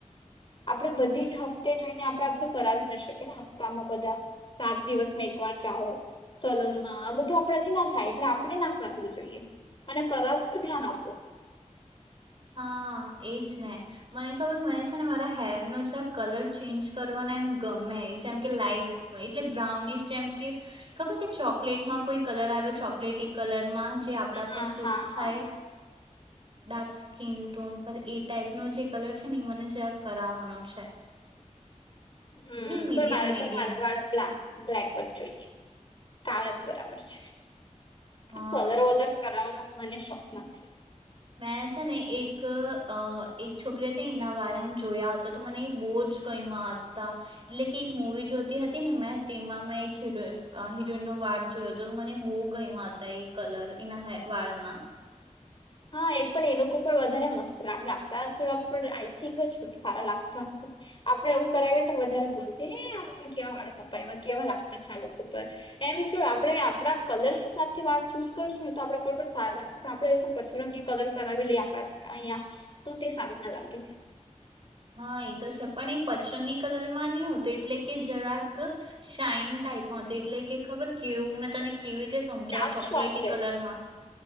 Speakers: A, on the left; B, on the right.
A: આપણેે બધી જ હફતે જોઈને આપણે બધું કરાવી ના શકીએને હપ્તામાં બધા સાત દિવસમાં એકવાર જાઓ સલોનમાં આ બધું આપણાથી ના થાય એટલે આપણે ના કરાવવું જોઈએ મને કરાવે તો ધ્યાન આપો
B: હા એજ ને મને ખબર મને છે ને મારા હેરનો છે કલર ચેન્જ કરવાના એમ ગમે જેમ કે લાાઈટ એટલે બ્રાઉનિશ જેમ કે ખબર કે ચોકલેટમાં કોઈ કલર આવે ચોકલેટી કલરમાં જે આપણા પર
A: હા
B: સૂટ
A: હા
B: થાય
A: હા
B: ડાક સ્કીિન ટોન પર એ ટાઈપનો જે કલર છે ને એ મને જરાક કરાવવાનો છે
A: હમ
B: ની મીડિયમ
A: પણ મારે
B: મીડિયમ
A: તો મારા વાળ બ્લાક બ્લેકબર્ડ જોઈએ કાળા જ બરાબર છે
B: હા
A: કલર વલર કરા મને શોખ નથી
B: મેં છે ને એક એક છોકરી હતી એના વાળ એમ જોયા હતા તો મને એ બહુ જ ગઈમા હતા એટલે કે એક મવી જોતી હતી ને મેં તેમાં મેં એક હરો હિરોઈનનોો વાળ જોયો હતો મને બહુ ગયમા હતા એ કલર એના વાળના
A: હા એ પણ એ લોકો પર વધારે મસ્ત લાગે આપડા જેવા પર આઈ થિંક જ સારા લાગતા હશે આપડે એવું કરાવીએ તો વધારે બોલશે એ આ લોકો કેવા વાળ કપાવ કેવા લાગતા છે આ લોકો પર એમ જો આપડે આપણા કલર હિસાબથી વાળ ચૂઝ કરશું ને તો આપણા પર પણ સારા લાગશે પણ આપડે પછરંગી કલર કરાવી લે આપડા અહિયાં તો તે સારું ના લાગે
B: હા એ તો છે પણ એ પચરંગી કલરમાં નહી હોતું એટલે કે જરાક શઇન ટાાઈપમાંત એટલે કે ખબર કેવું મેં તને કેવી રીતે સમજાવો
A: આમ
B: ચોકલેટી
A: શોખ લે
B: કલર
A: છે
B: માં